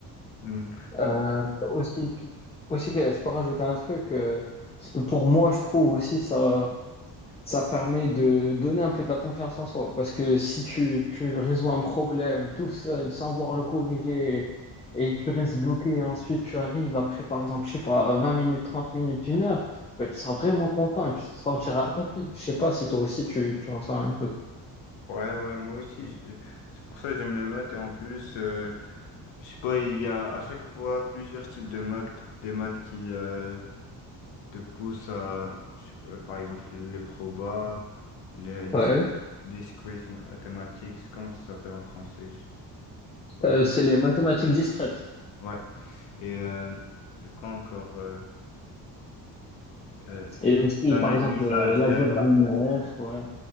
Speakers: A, on the left (about 85°); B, on the left (about 15°).
A: Mm.
B: Euh, aussi, que- aussi que je peux rajouter un truc, euh, parce que pour moi, je trouve aussi ça, ça permet de donner un peu de la confiance en soi. Parce que si tu, tu résous un problème tout seul, sans voir le corriger, et tu restes bloqué, et ensuite tu arrives après, par exemple, je sais pas, 20 minutes, 30 minutes, une heure, ben, tu seras vraiment content et tu te sentiras accompli. Je sais pas si toi aussi tu, tu ressens la même chose.
A: Ouais, ouais, moi aussi, je- c'est pour ça que j'aime les maths et en plus, euh, je sais pas, il y a à chaque fois plusieurs types de maths, des maths qui, euh, te pousse à, euh, par exemple, les probas, les dis-
B: Ouais.
A: discrete mathematics, comment ça s'appelle en français? Ouais.
B: Euh, c'est les mathématiques discrètes.
A: Ouais. Et euh, quoi encore? euh, euh,
B: Et aussi,
A: l'analyse,
B: par exemple, euh,
A: l'algèbre.
B: l'algèbre linéaire, ouais.